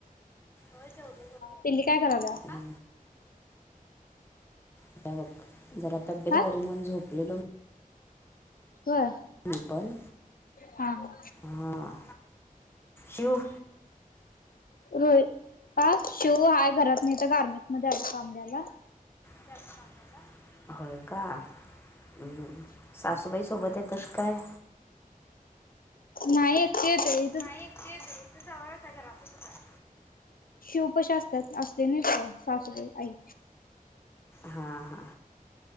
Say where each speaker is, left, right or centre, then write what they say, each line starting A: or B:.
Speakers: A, on the left; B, on the left.
A: होय जेवलो.
B: पिल्ली काय कराल्या.
A: आ. आता बघ जरा तब्येत
B: हा
A: बरी नाही म्हणून झोपलेलो.
B: होय.
A: मी पण
B: हा हा
A: हा शिव.
B: रोय आ शिव हाय घरात मी इथं गार्मेंटमध्ये आले काम द्यायला.
A: <unintelligible> होय का हम्म सासूबाई सोबत ये कसं काय.
B: नाही एकटे येतोय.
A: नाही एकटी येतोय इथं जवळचं आहे घरापाशीच आहे.
B: शिवपशी असत्यात ना असतोय ना तो सासुबाई आई.
A: हा हा.